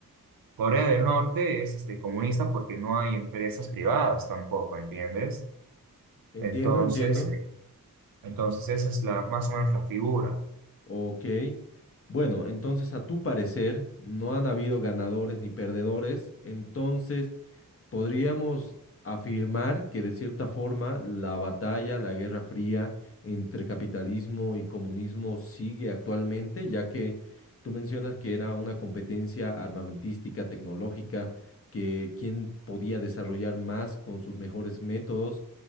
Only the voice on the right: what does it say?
Corea del Norte es este, comunista porque no hay empresas privadas tampoco, ¿entiendes?
Entonces,
eh, entonces esa es la, más o menos la figura.